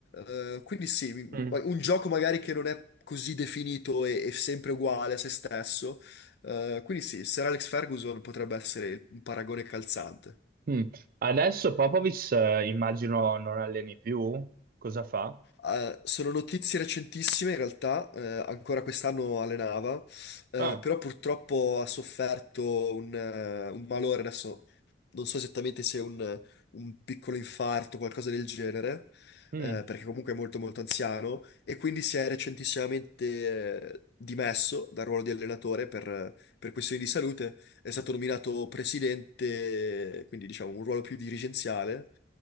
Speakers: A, on the left; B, on the right.
A: eh, quindi sì, mi-
B: Mm.
A: ma- un gioco magari che non è così definito e, e sempre uguale a se stesso. Eh, quindi sì, Sir Alex Ferguson potrebbe essere un paragone calzante.
B: Mm. Adesso Popovic, eh, immagino non alleni più. Cosa fa?
A: Eh, sono notizie recentissime, in realtà, eh, ancora quest'anno allenava, eh,
B: Ah,
A: però purtroppo ha sofferto un, eh, un malore, adesso non so esattamente se è un, un piccolo infarto o qualcosa del genere,
B: mm.
A: eh, perché comunque è molto molto anziano, e quindi si è recentissimamente, eh, dimesso dal ruolo di allenatore per per questioni di salute è stato nominato presidente, quindi diciamo un ruolo più dirigenziale,